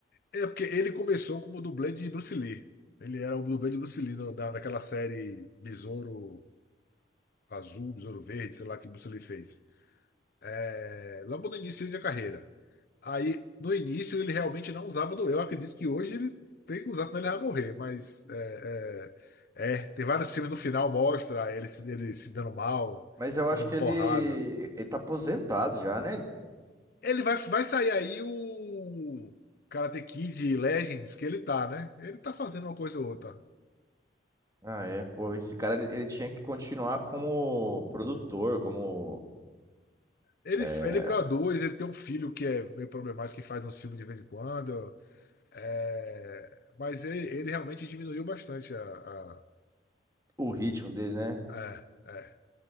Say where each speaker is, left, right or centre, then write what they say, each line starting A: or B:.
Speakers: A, on the left; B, on the right.
A: É porque ele começou como dublê de Bruce Lee. Ele era o dublê de Bruce Lee no- da, daquela série Besouro Azul, Besouro Verde, sei lá que Bruce Lee fez. É, logo no início da carreira. Aí, no início, ele realmente não usava do eu. Acredito que hoje ele tem que usar, senão ele vai morrer. Mas é, é, é, tem vários filmes no final mostra ele, se- ele se dando mal,
B: Mas eu
A: tomando
B: acho que
A: porrada.
B: ele, ele tá aposentado já, né?
A: Ele vai, vai sair aí o Karate Kid Legends que ele tá, né? Ele tá fazendo uma coisa ou outra.
B: Ah, é. Pô, esse cara ele, ele tinha que continuar como produtor, como
A: Ele,
B: é,
A: ele produz, ele tem um filho que é meio problemático, que faz um filme de vez em quando. É, mas ele, ele realmente diminuiu bastante a, a-
B: o ritmo dele, né?
A: é, é.